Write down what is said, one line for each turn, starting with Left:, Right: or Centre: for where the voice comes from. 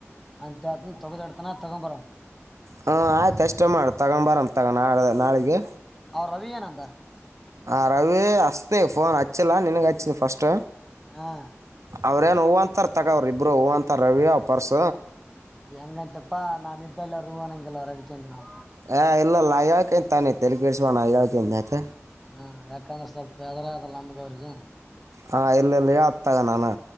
Centre: ಅಂತ ಆ ತಗ ಎತನ ತಗಂಬ ಬರ
Right: ಹಾಂ ಆಯ್ತು ಅಷ್ಟೇ ಮಾಡಿ ತಗೊಂಬರಂ ತಗೊಂಡ ನಾಳೆ ನಾಳಿಗೆ
Centre: ಅವ್ ರವಿ ಏನಂದ
Right: ಆ ರವಿ ಅಸ್ತೇಫೋನ್ ಹಚ್ಚೆಲ್ಲ ನಿಿನಗೆಚ್ಚಿ ಫಸ್ಟ್
Centre: ಹಾ
Right: ಅವ್ರೇಏನ್ ಹೂ ಅಂತಾರ ತಗೋ್ರ ಇಬ್ರು ಹೂ ಅಂತಾರ ರವಿ ಅವ ಪರ್ಸ
Centre: ಹೆಂಗಂತಪ್ಪಾ ನಾ ಇದ್ದೆಲ್ಲ ೂವಂಗಗೆಲ್ವರ ಅದಕ್ಕೆಂತ ನಾು
Right: ಹ ಇಲ್ಲ ಅಯಾಳ್ಕೆಂತಾನೈಲ್ಲಿ ಕರ್ಸ ಮಾಡಣ ಅಯಾಳ್ಕ ಆಯತ
Centre: ಹಾ ಯಾಕಂದ್ರೆ ಸ್ವಲ್ಪ ಹೆದ್ರ ಆಲ್ಲ ನಮಗ ಅವ್ರಿಗೆ
Right: ಹಾ ಎಲ್ಲೆಲ್ಲಿ ಯ ತಗ ನಾನು